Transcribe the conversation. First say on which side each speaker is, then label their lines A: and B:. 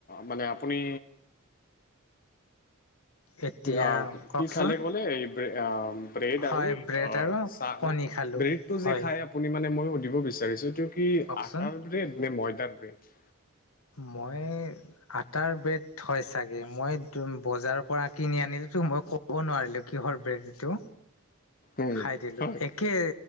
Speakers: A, on the left; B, on the left.
A: মানে আপুনি
B: এতিয়া
A: আহ
B: কওকচোন
A: কি খালে ক'লে এই আহ ব্ৰেড
B: হয়
A: আৰু
B: ব্ৰেড
A: আহ
B: আৰু
A: চাহ
B: কণী
A: ন,
B: খালোঁ
A: ব্ৰেডটো
B: হয়
A: যে খাই আপুনি মানে মই দিব বিচাৰিছো, এইটো কি
B: কওকচোন
A: আটাৰ ব্ৰেড নে ময়দাৰ ব্ৰেড?
B: মই, আটাৰ ব্ৰেড হয় চাগে, মই বজাৰৰ পৰা কিনি আনি টো মই ক'ব নোৱাৰিলো, কিহৰ ব্ৰেড এইটো।
A: উম
B: খাই দিলো,
A: হয়
B: একে,